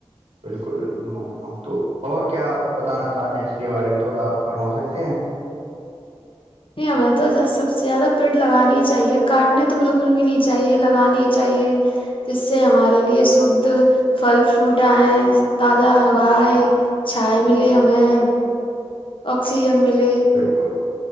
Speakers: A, on the right; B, on the left.
A: بالکل بالکل محترمہا تو اور کیا بتانا چاہتے ہیں اس کے بارے میں تھوڑا فرما سکتے ہیں
B: نہیں ہمیں تو سب سے زیادہ پیڑ لگانے ہی چاہیے کاٹنے تو بالکل بھی نہیں چاہیے لگانا ہی چاہیے جس سے ہمارے لیے شھ پھل فروٹ آئے تازہ ہوا چائے ملے ہمیں آکسیجن ملے
A: بالکل